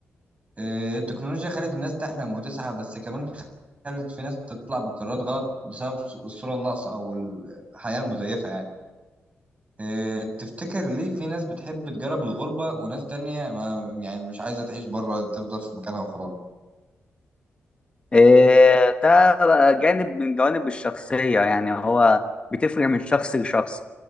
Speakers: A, on the right (about 30°); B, on the left (about 25°).
A: آه، التكنولوجيا خلت الناس تحلم وتسعى بس كمان خلت في ناس تطلع بقرارات غلط بسبب الص- الصورة الناقصة او الحياة المزيفة يعني آه، تفتكر ليه في ناس بتحب تجرب الغربة وناس تانية ما يعني مش عايزة تعيش بره تفضل في مكانها وخلاص
B: آه، ده جانب من جوانب الشخصيه يعني هو بتفرق من شخص لشخص